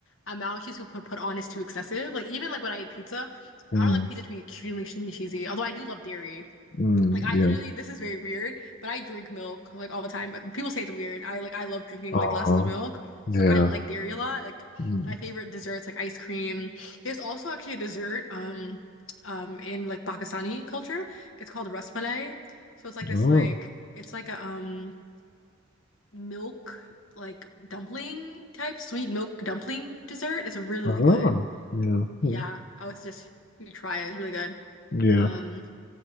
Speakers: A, on the left; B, on the left.
A: amount of cheese people put, put on is too excessive. Like even like when I eat pizza,
B: mm,
A: I don't like pizza to be extremely, extremely cheesy. Although I do love dairy.
B: mm,
A: Like I
B: yeah,
A: literally, this is very weird, but I drink milk like all the time. Like, People say it's weird. I like I love drinking
B: uh-huh,
A: like glasses of milk.
B: yeah,
A: So like I like dairy a lot. Like
B: mm,
A: my favorite desserts like ice cream. There's also actually a dessert um um in like Pakistani culture. It's called rasmalai. So it's like this
B: mhm,
A: like it's like a um milk like dumpling type sweet milk dumpling dessert. It's really,
B: uh,
A: really
B: uh,
A: good.
B: yeah,
A: Yeah,
B: mm,
A: I would suggest you try it. It's really good.
B: yeah.
A: Um,